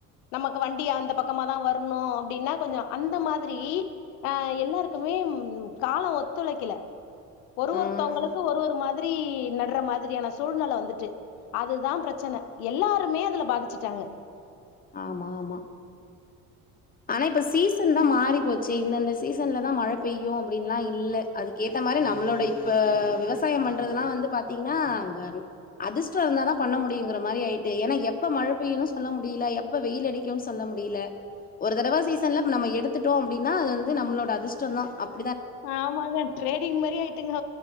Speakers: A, on the left; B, on the left.
A: நமக்கு வண்டி அந்த பக்கமா தா வர் ரன்னு அப்டின்னா கொஞ்சொ அந்த மாதிரி அ எல்லாருக்குமே ம் காலோ ஒத்துழைக்கல ஒரு ஒருத்தவுங்களுக்கு
B: ம்.
A: ஒரு ஒரு மாதிரி நடுற மா திரியான சூழ்நல வந்துட்டு அதுதா ப்ரெச்சன எல்லாருமே அதுல பாதிச்சுட்டாங்க
B: ஆமா ஆமா ஆனா இப்ப சீசன் தா மாறி போச்சு இந்தந்த சீசன்ல தா மழ பெய்யு அப்டின்லா இல்ல அதுக்கேத்த மாரி நம்ளோட இப் ப்ப விவசாயம் பண்றதுல்லா வந்து பாத்தீங்ன்னா வன் அதிர்ஷ்டோ இருந்தாதா பண்ண முடியுங்கிற மாரி ஆயிட்டு ஏனா எப்ப மழ பெய்யுனு சொல்ல முடில எப்ப வெயிலடிக்குன் சொல்ல முடில ஒரு தடவ சீசன்ல நம்ம எடுத்துட்டோ அப்டின்னா அது வந்து நம்ளோட அதிர்ஷ்டோ தா அப்
A: ஆமாங்க ட்ரேடிங் மாரி ஆயிட்டுங்க